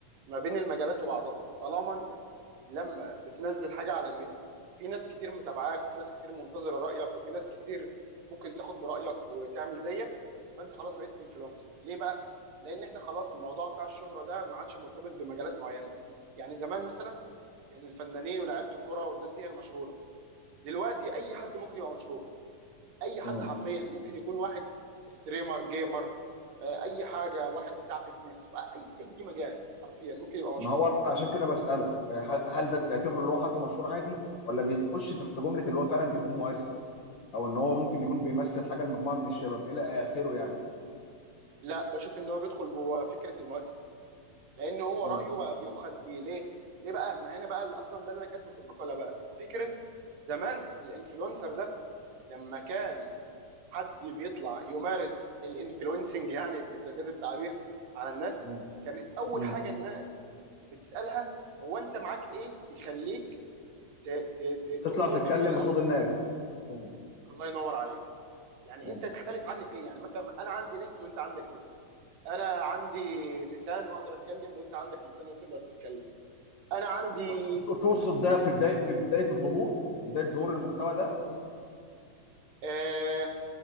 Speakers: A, on the right; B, on the left.
A: ما بين المجالات وبعضها طالما انت لما بتنزل حاجه على النت في ناس كتير متابعاك وفي ناس كتير منتظره رايك وفي ناس كتير ممكن تاخد برايك وتعمل زيك فانت خلاص بقيت انفلونسر ليه بقى لان احنا خلاص الموضوع بتاع الشهره ده ما عادش مرتبط بمجالات معينه يعني زمان مثلا يعني الفنانين ولاعيبه الكرة والناس دي هي المشهورة دلوقتي أي حد ممكن يبقى مشهور أي حد
B: مم.
A: حرفيا ممكن يكون واحد ستريمر جيمر آه، أي حاجة واحد بتاع فتنس أي أي مجال حرفيا ممكن يبقى مشهور
B: ما هو أنا عشان كده بسألك آه، هل ده تعتبره اللي هو حد مشهور عادي ولا بيخش تحت جملة اللي هو فعلا بيكون مؤثر او ان هو ممكن يكون بيمثل حاجة لمجموعة من الشباب الى اخره يعني
A: لا بشوف إن هو بيدخل جوه فكرة المؤثر لأن هو
B: مم.
A: رأيه بقى بيؤخذ بيه ليه؟ ليه بقى؟ ما هنا بقى اللي أصلا ده اللي أنا كاتبه في المقالة بقى فكرة زمان الانفلونسر ده لما كان حد بيطلع يمارس الانفلونسنج يعني اذا جاز التعبير على الناس
B: مم.
A: كانت اول
B: مم.
A: حاجه الناس بتسالها هو انت معاك ايه يخليك ت- ت- ت-
B: تطلع
A: تامرني
B: تتكلم
A: بحاجه
B: قصاد
A: او
B: الناس مم.
A: الله ينور عليك يعني
B: مم.
A: انت تختلف عني في ايه يعني مثلا انا عندي نت وانت عندك نت انا عندي لسان واقدر اتكلم وانت عندك لسان وتقدر تتكلم انا عندي
B: بس ت- تقصد ده في بداية في بداية الظهور في بداية ظهور المحتوى ده
A: آه